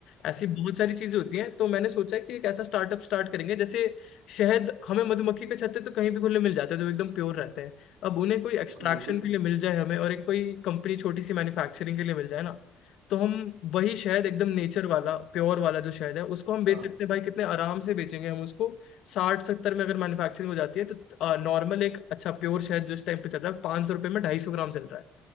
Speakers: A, on the left; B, on the right.
A: ऐसी बहुत सारी चीजें होती हैं तो मैंने सोचा है कि एक ऐसा स्टार्टअप स्टार्ट करेंगे जैसे शहद हमें मधुमक्खी के छत्ते तो कहीं भी खुले मिल जाते हैं जो एकदम प्योर रहते हैं अब उन्हें कोई एक्सट्रैक्शन
B: बिल्कुल बिल्कुल
A: के लिए मिल जाए हमें और एक कोई कंपनी छोटी सी मैन्युफैक्चरिंग के लिए मिल जाए ना तो हम वही शहद एकदम नेचर वाला प्योर वाला जो शहद है उसको हम बेच
B: हाँ
A: सकते हैं भाई कितने आराम से बेचेंगे हम उसको साठ सत्तर में अगर मैन्युफैक्चरिंग हो जाती है तो नॉर्मल एक अच्छा प्योर शहद जो इस टाइम पे चल रहा है पाँच सौ रुपये में ढाई सौ ग्राम चल रहा है